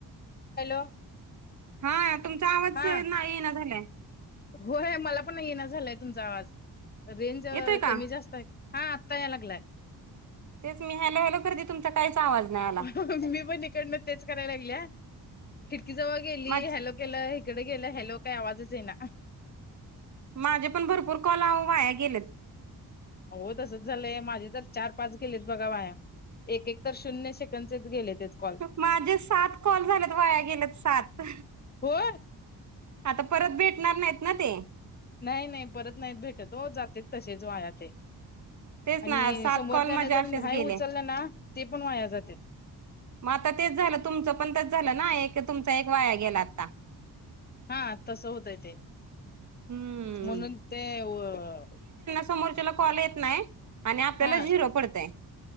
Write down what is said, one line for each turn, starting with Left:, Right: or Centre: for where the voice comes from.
Left: हॅलो
Right: हा तुमचा आवाज
Left: हा
Right: ये ना झालाय.
Left: होय मला पण ये ना झालंय तुमचा आवाज रेंज
Right: येतोय का
Left: कमी जास्त आहे. हा आत्ता ये लागलाय.
Right: तेच मी हॅलो हॅलो करती तुम्ही काहीच आवाज नाही. आला
Left: मी पण इकड म तेच करायला लागले खिडकी जवळ गेली
Right: माझ
Left: हॅलो गेलं हकडे गेलं हॅलो काही आवाजच येईना
Right: माझे पण भरपूर कॉल वाया गेलेत.
Left: हो तसच झालंय माझे तर चार पाच गेलेत बघा वाया. एक एक तर. शून्य सेकंदचेच गेलेतेत कॉल
Right: माझे सात कॉल झालेत वाया गेल्यात सात.
Left: हो.
Right: आता परत भेटणार नाहीत ना ते
Left: नाही नाही परत नाहीत भेटत हो जातेच तसेच वाया ते
Right: तेच
Left: आणि
Right: ना सात
Left: समोरच्या
Right: कॉल माझे
Left: न
Right: असेच
Left: जर नाही
Right: गेले
Left: उचललं ना ते पण वाया जाते.
Right: मग आता तेच झालं तुमचं पण तेच झालं ना एक तुमचा एक वाया गेला आता
Left: हा तस होतय ते
Right: हम्म
Left: म्हणून ते अ
Right: समोरच्या कॉल येत नाही आणि आपल्याला
Left: हा
Right: झिरो पडतय.